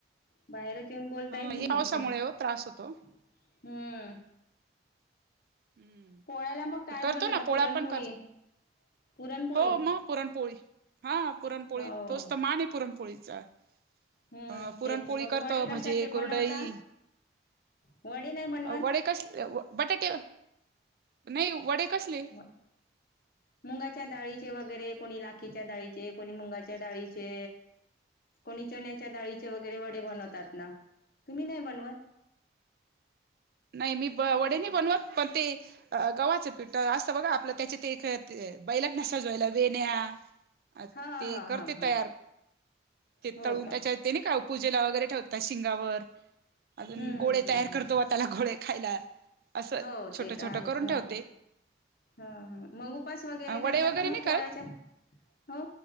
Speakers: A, on the left; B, on the right.
A: बाहेरच येऊन बोलताय मी,
B: हे पावसामुळे
A: हम्म.
B: हो त्रास होतो हम्म
A: पोळ्याला मग काय
B: करतो
A: बनवता?
B: ना पोळ्या
A: पुरणपोळी.
B: पण करतो
A: पुरणपोळी
B: हो मग पुरणपोळी हा पुरणपोळी
A: हो
B: तोच तर मान पुरणपोळीचा.
A: हम्म
B: अ पुरणपोळी
A: तेच मग
B: करतो
A: वडे
B: भजे
A: कशाचे
B: कुरडई,
A: बनवता वडे नाही बनवत
B: वडे. कसले व, बटाटे नाही वडे कसले वडे?
A: हं <inaudible> मुंगाच्या डाळीचे वगैरे, कोणी लाखीच्या डाळीचे, कोणी मुंगाच्या डाळीचे कोणी चण्याच्या डाळीचे वगैरे वडे बनवतात ना, तुम्ही नाही बनवत?
B: नाही मी वडे नाही बनवत, पण ते अ गव्हाचं पिठ असतं बघा, आपलं त्याच्या ते बैलांना सजवायला वेण्या अ
A: हा हा
B: ते
A: हा हा
B: करते
A: हा
B: तयार,, ते
A: हो
B: तळून
A: का
B: त्याच्यात ते नाही का पूजेला वगैरे ठेवता शिंगावर,
A: हम्म
B: अजून गोळे
A: हम्म हम्म
B: तयार
A: हम्म
B: करतो त्याला गोळे खायला, असं
A: हो
B: छोटं
A: ते तर
B: छोटं
A: आहेच
B: करून
A: हा
B: ठेवते.
A: हा हा, मंग उपास वगैरे
B: वडे
A: करता का
B: नाही
A: मग
B: करत
A: पोळ्याच्या? हो,